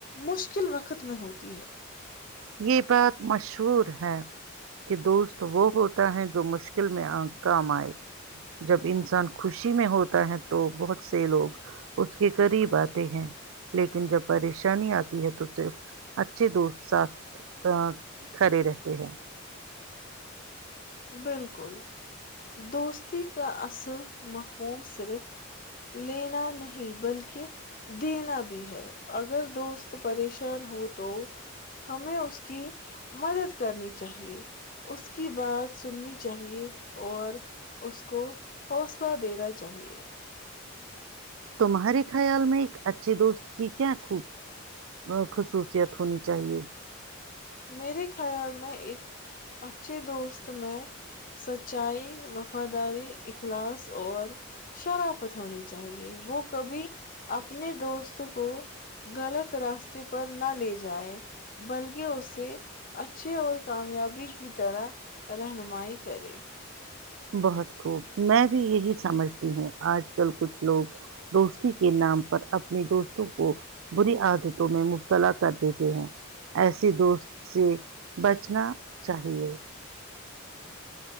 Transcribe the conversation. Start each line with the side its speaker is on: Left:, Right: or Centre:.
Left: مشکل وقت میں ہوتی ہے
Right: یہ بات مشہور ہے کہ دوست تو وہ ہوتا ہے جو مشکل ل میں کام آئے جب انسان خوشی میں ہوتا ہے تو بہت سے لوگ اس کے قریب آتے ہیں لیکن جب پریشانی آتی ہے تو صرف اچھے دوست ساتھ ا کھڑے رہتے ہیں <unintelligible>
Left: بالکل دوستی کا اصل مفہوم صرف لینا نہیں بلکہ دینا بھی ہے اگر دوست پریشان ہو تو ہمیں اس کی مدد کرنی چاہیے اس کی بات سنی <unintelligible> چاہیے اور <unintelligible> اس کو حوصلہ دینا چاہیے <unintelligible>
Right: تمہارے خیال میں ایک اچھی دوست ٹ کیا آکھوب <unintelligible> خصوصیت ہونی چاہیے
Left: میرے خیال میں ایک اچھے دوست میں سچائی وفاداری اخلاص اور شرافت ہونی چاہیے وہ کبھی اپنے دوست کو غلط راستے پر نہ لے جائے بلکہ سے اچھے اور کامیابی کی طرح رہنمائی کرے
Right: بہت خوب میں بھی یہی سمجھتی ہوں آج کل کچھ لوگ دوستی کے نام پر اپنی دوستوں کو بری عادتوں میں مبتلا کر دیتے ہیں ایسی دوست سے بچنا چاہی